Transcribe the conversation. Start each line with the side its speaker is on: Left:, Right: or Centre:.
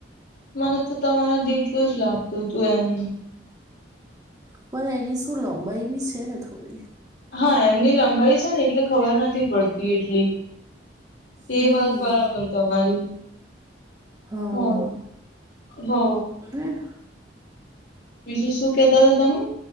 Left: મને તો તમારા જેટલું જ લાગતું હતું એમ.
Right: પણ એની શું લંબાઈ બી છે ને થોડી.
Left: હા એમની લંબાઈ છે ને એટલે ખબર નથી. પડતી એટલી એ
Right: હમ
Left: વાત બરાબર તમારી.
Right: હા
Left: હો હો
Right: અને.
Left: બીજું શું કેતા હતા તમે.